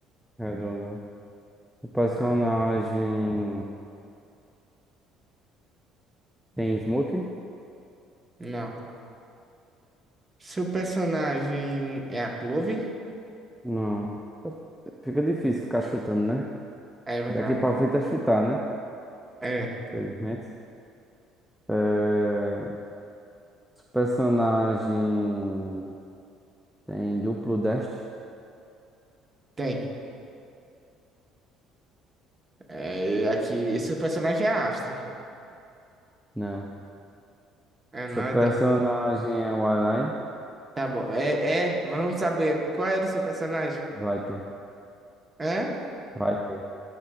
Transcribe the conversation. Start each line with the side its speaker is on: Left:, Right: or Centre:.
Centre: Redondo. Seu personagem
Right: Tá.
Centre: tem smoke?
Right: Não. Seu personagem é a Clove?
Centre: Não. Fica difícil ficar chutando, né?
Right: É verdade.
Centre: Daqui pra frente é chutar, né?
Right: É.
Centre: Felizmente. É... Seu personagem tem duplo deste?
Right: Tem. É, aqui, esse personagem é Astra.
Centre: Não.
Right: É
Centre: Seu
Right: nada.
Centre: personagem é o Alain?
Right: Tá bom. É, é, mas vamos saber qual era o seu personagem.
Centre: Viper.
Right: Hã?
Centre: Viper.